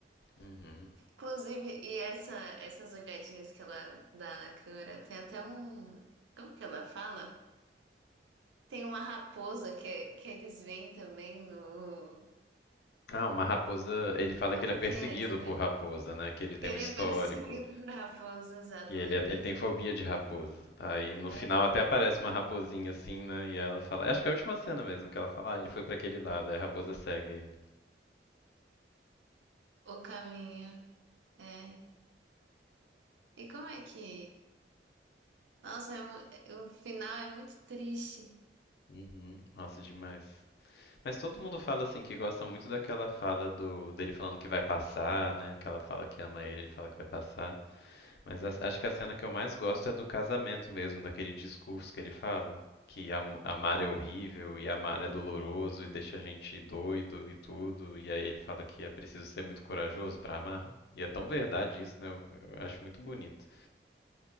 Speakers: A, on the left (about 60°); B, on the right (about 80°).
A: Uhum.
B: Inclusive, e essa, essas olhadinhas que ela dá na câmera, tem até um. Como que ela fala? Tem uma raposa que, que eles veem também no.
A: Ah, uma raposa. Ele fala
B: Como
A: que ele é perseguido
B: que é essa?
A: por raposa, né? Que ele tem
B: Ele
A: um histórico.
B: é perseguido por raposa, exato,
A: Que ele,
B: lembrei
A: é- ele tem
B: disso.
A: fobia de raposa. Aí no
B: É
A: final até aparece uma raposinha assim, né? E ela fala. Acho que é a última cena mesmo, que ela fala, ah, ele foi pra aquele lado, aí a raposa segue ele.
B: o caminho. É. E como é que. Nossa, é mu- é- o final é muito triste.
A: Uhum. Nossa, demais. Mas todo mundo fala assim que gosta muito daquela fala do dele falando que vai passar, né? Aquela fala que ama ele, ele fala que vai passar. Mas as- acho que a cena que eu mais gosto é do casamento mesmo, daquele discurso que ele fala, que am- amar é horrível e amar é doloroso e deixa a gente doido e tudo. E aí ele fala que é preciso ser muito corajoso pra amar. E é tão verdade isso, né? Eu, eu acho muito bonito.